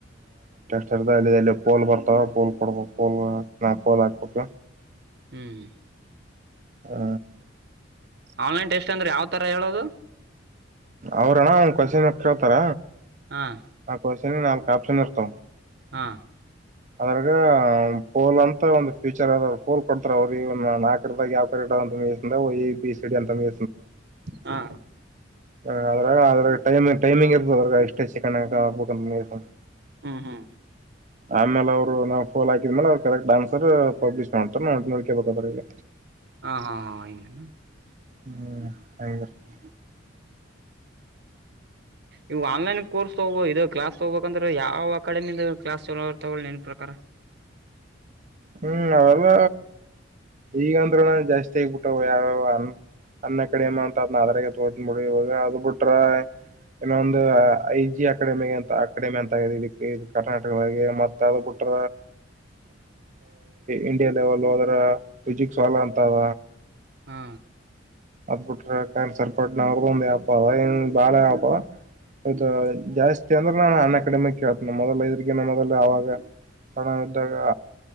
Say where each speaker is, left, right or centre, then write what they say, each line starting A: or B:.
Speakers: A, on the right; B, on the right.
A: ಲ್ಲಿ ಪೋಲ್ ಬರ್ತಾವ ಪೋಲ್ ಕೊಡಬ ಪೋಲ್ ನಾ ಪೋಲ್ ಹಾಕ್ಬೇಕ
B: ಹ್ಮ್ ಹ್ಮ
A: ಹ
B: ಆನ್ಲೈನ್ ಟೆಸ್ಟ್ ಅಂದ್ರೆ ಯಾವ ತರ ಹೇಳೋದು
A: ಅವ್ರಣ್ಣ ಅವ ಕಸಿನ ಕೇಳ್ತಾರ
B: ಹಾ
A: ಆ ಕ್ವನ್ ನಾಲ್ಕು ಆಪ್ಷನ್ ಇರ್ತ್
B: ಹಾ
A: ಅದ್ರಾಗ ಪೋಲ್ ಅಂತ ಒಂದು್ಫ್ಯೂಚರ್ ಅದ ಪೋಲ್ ಕೊಡ್ತಾರ ಅವ್ರ ನಾಲ್ಕ ಯಾವಕ ಮ ಬಿ ಸಿಡಿ ಅಂತ ಮೀ
B: ಹಾ
A: ಅ ಟೈಮಿಂಗ್ ಟೈಮಿಂಗ್ ಇರ್ಬೋದ್ರ ಎಷ್ಟೇ ಚೆಕಂಡ ಆಗ ಆಗ್ಬೋದುಂದ
B: ಹ್ಞೂ ಹ್ಞೂ
A: ಆಮೇಲೆ ಅವರು ನಾವವು ಫೋಲ್ ಹಕಿದ ಮೇಲೆ ಅವ್ರರು ಕರೆಕ್ಟ್ ಆನ್ಸರ್ ಪಬ್ಲಿ್ ಮಾಡ್ತಾರ ನೋ ನೋಡ್ಕೇಬೇಕದ್ರ ಈಗ
B: ಹ ಹಾ ಹ ಇನು
A: ಹ್ಮ್ ಹಾಗರ್ತ
B: ಇವು ಆನ್ಲೈನ್ ಕೋರ್ಸ್ ತಗ ಇ ಕ್ಲಾಸ್ ತಗೋಬೇಕಂದ್ರೆ ಯಾವ್ ಅಕಾಡೆಮಿ ಕ್ಲಾಸ್ ಚಲೋರ್ತ ನನ್ ಪ್ರಕಾರ
A: ಹು ಅವೆಲ್ಲ ಈಗಂದ್ರ ನ ಜಾಸ್ತಿ ಆಗ್ಬಿಟ್ಟ ಯಾವ್ಯಾವ ಅ ಅನ್ ಅಕಾಡೆಮಿ ಅಂತ ಅದ್ ಅದ್ರಾಗ ತೋತಬಿಡ ಇವಾಗ ಅದ್ ಬಿಟ್ರ ಇನ್ನೊಂದು ಐ ಜಿ ಅಕಾಡೆಮಿ ಅಂತ ಅಕಾಡೆಮಿ ಅಂತ ಆ ಇ ಕರ್ನಾಟಕದಾಗ ಮತ್ತ ಅದ ಬಿಟ್ರ. ಇಂಡಿಯಾ ಲೆವೆಲ್ ಹೋದ್ರ ಫಿಜಿಕ್ಸ್ ಹೊಲ ಅಂತದ.
B: ಹಾ
A: ಅದ್ಬಿಟ್ರೆ ಕ್ಯಾನ್ಸರ್ ಪಟ್ಟ ಒಂದು ಆಪ್ ಅದ ಹ ಬಾಳ ಆಪ್. ಹೌದ
B: ಹ್ಮ್
A: ಜಾಸ್ತಿ ಅಂದ್ರೆ ನಾನು ಅನ್ನ ಅಕಡೆಮಿ ಕೇಳ್ತ ಮೊದಲ ಇದ್ರ ಮೊದ ಅವಾಗ ಸಣ ಇದ್ದಾಗ